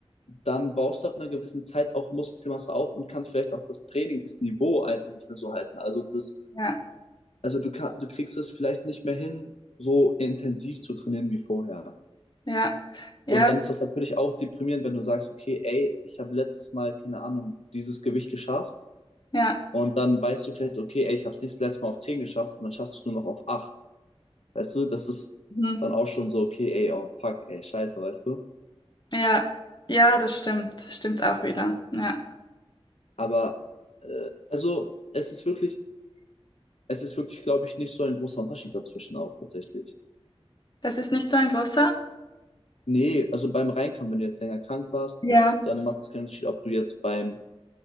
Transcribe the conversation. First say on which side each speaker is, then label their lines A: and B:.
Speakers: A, on the left (about 80°); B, on the left (about 45°).
A: dann baust du ab einer gewissen Zeit auch Muskelmasse auf und kannst vielleicht auch das Trainingsniveau einfach nicht mehr so halten. Also, das
B: Ja,
A: also du kann, du kriegst es vielleicht nicht mehr hin, so intensiv zu trainieren wie vorher.
B: ja, ja,
A: Und dann ist das natürlich auch deprimierend, wenn du sagst, okay, ey, ich habe letztes Mal, keine Ahnung, dieses Gewicht geschafft.
B: ja,
A: Und dann weißt du vielleicht, okay, ey, ich habe es nicht das letzte Mal auf 10 geschafft und dann schaffst du es nur noch auf 8. Weißt du, das ist
B: mhm.
A: dann auch schon so, okay, ey, oh fuck, ey, scheiße, weißt du.
B: Ja, ja, das stimmt. Das stimmt auch wieder. Ja.
A: Aber äh, also es ist wirklich, es ist wirklich, glaube ich, nicht so ein großer Unterschied dazwischen auch tatsächlich.
B: Das ist nicht so ein großer?
A: Nee, also beim Reinkommen, wenn du jetzt länger krank warst,
B: Ja.
A: dann macht es keinen Unterschied, ob du jetzt beim